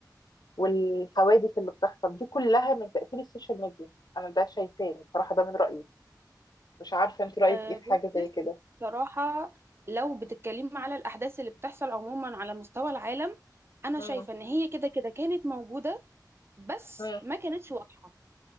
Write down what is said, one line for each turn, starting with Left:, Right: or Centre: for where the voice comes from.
Left: والحوادث اللي بتحصل دي كلها من تأثير السوشيال ميديا انا ده شايفاه بصراحة ده من رأيي مش عارفة انت رأيك
Right: أه
Left: ايه في
Right: بصي
Left: حاجة زي كده
Right: بصراحه لو بتتكلمي على الاحداث اللي بتحصل عموما على مستوى العالم انا
Left: مم.
Right: شايفه ان هي كده كده كانت موجوده بس
Left: مم.
Right: ما كانتش واضحه